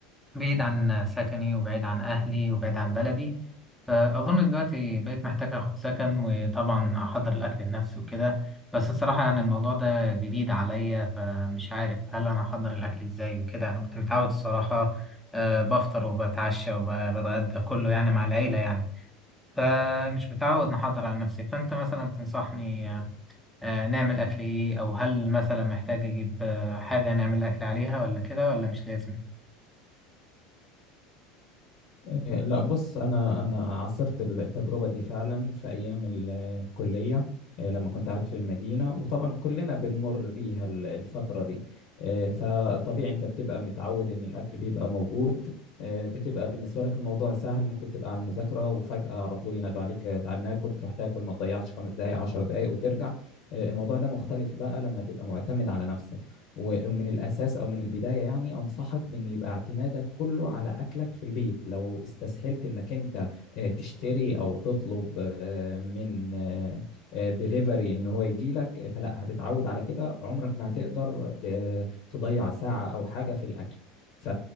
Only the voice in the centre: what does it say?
بعيد عن سكني وبعيد عن اهلي وبعيد عن بلدي فاظن دلوقتي بقيت محتاج اخد سكن وطبعا احضر الاكل لنفسي وكده بس الصراحة يعني الموضوع ده جديد عليا فمش عارف هل انا احضر الاكل ازاي وكده انا كنت متعود الصراحة آه، بفطر وبتعشى وبتغدى كله يعني مع العيلة يعني فمش متعود نحضر على نفسي فأنت مثلا تنصحني آه، آه، نعمل أكل إيه أو هل مثلا محتاج أجيب آه، حاجة نعمل أكل عليها ولا كده ولا مش لازم؟